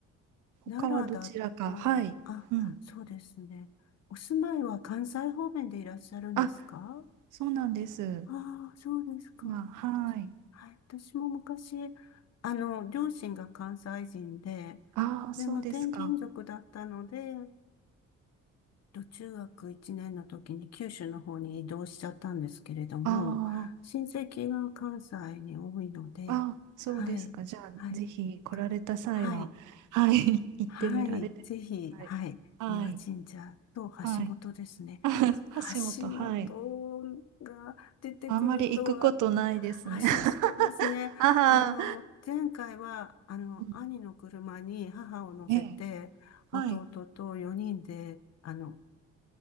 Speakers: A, on the left; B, on the right.
A: 奈良だと、
B: 他はどちらか、はい、
A: あ、
B: うん。
A: そうですね。お住まいは関西方面でいらっしゃるんですか
B: あ、そうなんです。
A: ああ、そうですか。
B: まあ、はい。
A: 私、はい、私も昔、あの、両親が関西人で、
B: ああ、
A: でも転勤族だったので、
B: そうですか。
A: と中学1年の時に九州の方に移動しちゃったんですけれども、
B: あ
A: 親戚が関西に多いので、
B: あ、ああ、そうですか。
A: はい、
B: じゃあ、
A: はい、
B: ぜひ来られた際は、
A: かはい、
B: はい、<laughs> 行ってみられてください。
A: はい、ぜひ、はい、
B: はい、
A: 三輪神社と橋本ですね。
B: はい。あ、橋本、
A: 橋本が出てくるとは、
B: はい。あんまり行くことないですね。<laughs>
A: 橋本ですね。
B: ああ、
A: あの、前回は、あの、
B: うん
A: 兄の車に母を乗せて、
B: ええ、はい、
A: 弟と4人で、あの、